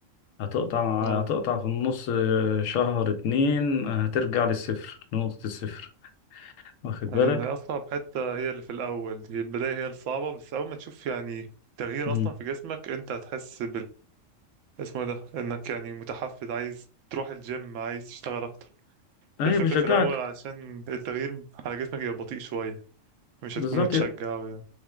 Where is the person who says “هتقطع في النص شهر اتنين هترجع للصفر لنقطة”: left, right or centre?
Left